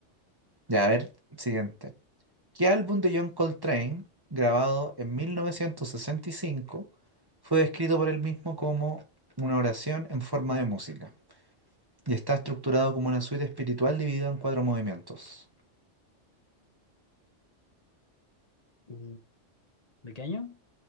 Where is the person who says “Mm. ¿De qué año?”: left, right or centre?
Left